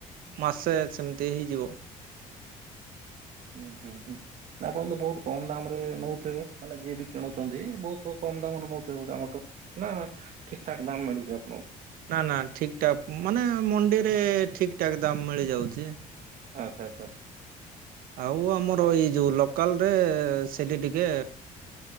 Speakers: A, on the right; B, on the right.
A: ମାସେ ସେମିତି ହେଇଯିବ।
B: ଁ ହୁଁ ହୁଁ ଆପଣ ତ ବହୁତ କମ ଦାମ ରେ ନଉଥିବେ ମାନେ ଯିଏ ବି କିଣୁଛନ୍ତି ବହୁତ କମ ଦାମରେ ନଉଥିବ ଦାମ, ନା ଠିକ ଠାକ ଦାମ ମିଳୁଛି ଆପଣଙ୍କୁ।
A: ନା ନା ଠିକଠାକ ମାନେ ମଣ୍ଡିରେ ଠିକଠାକ ଦାମ ମିଳିଯାଉଛି।
B: ଆଚ୍ଛା ଆଚ୍ଛା
A: ଆଉ ଆମର ଏଇ ଯୋଉ ଲୋକାଲ ରେ ସେଠି ଟିକେ